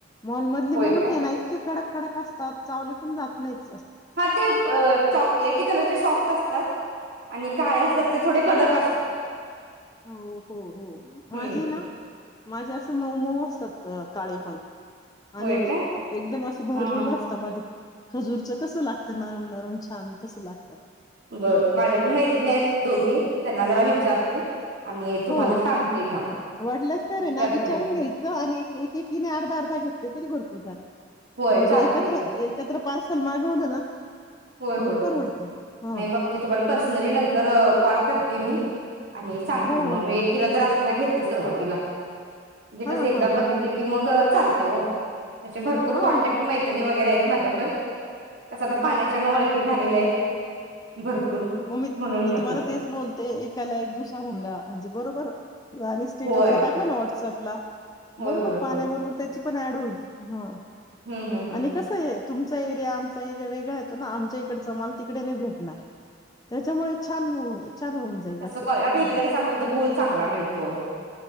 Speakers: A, on the left; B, on the right.
A: मॉलमधले
B: होय
A: मनुके
B: काय
A: ना इतके कडक कडक असतात चावली पण जात नाहीत.
B: हा ते चॉकलेटी कलरचे सॉफ्ट असतात आणि काळे असतात
A: हा
B: ते थोडे कडक असतात.
A: हो हो हो
B: हम्म
A: माझी ना. माझ्या असं मऊ मऊ असतात काळे पण
B: होय
A: आणि
B: काय
A: एकदम असं भरलेले
B: हा हा
A: असता मध्ये खजूरच कसं लागतं नरम नरम छान तसं लागतं.
B: बर माझ्या पण मैत्रिणी आहेत दोघी त्यांना जरा विचारते आणि तुम्हाला
A: हो
B: सांगते घ्या मग
A: वाटलंस तर हे ना
B: करते
A: विचारून
B: मी
A: घ्यायचं आणि एकी एकीने अर्धा, अर्धा घ्या तरी भरपूर झाल
B: होय
A: म्हणजे
B: चालतय
A: एकत्र,
B: की
A: एकत्र पार्सल मागवलं ना
B: होय होय
A: मग परवडतं हा
B: नाही बघकी तुम्हाला पर्सनली नंतर कॉल करते मी आणि सांगते
A: हो
B: म
A: हो
B: मग एक किलो तर आस त्यांना घेते सुरुवातीला म्हणजे
A: हां,
B: कसं एकदा
A: हां, हां.
B: बघितलं की मग चालतय ओ त्याचे भरपूर
A: हां,
B: कॉन्टॅक्ट
A: हां.
B: मैत्रणी वगैर आहेत. माझ्या पण साध्या पाण्याची त्यानं ओळखी झालेल्या आहेत. भरपूर
A: म मी
B: म्हणून
A: मी
B: म्हटलं
A: तुम्हाला तेच बोलते एकाला एक दुसरा धंदा म्हणजे बरोबर आणि स्टेटसला
B: होय,
A: टाकला ना व्हॉट्सअप ला
B: होय,
A: बरोबर
B: होय,
A: पाण्या
B: होय.
A: बरोबर त्याची ती पण ऍड होईल, हा
B: हं, हं, हं.
A: आणि कस ये तुमचा एरिया आमचा एरिया वेगळा येतो ना आमच्या इकडचा माल तिकडे नाही भेटणार त्याच्यामुळे छान छान होऊन जाईल
B: तस
A: असं.
B: कॉ आता
A: हं.
B: इकड कस आमच्या इथ गुळ चांगला मिळतो.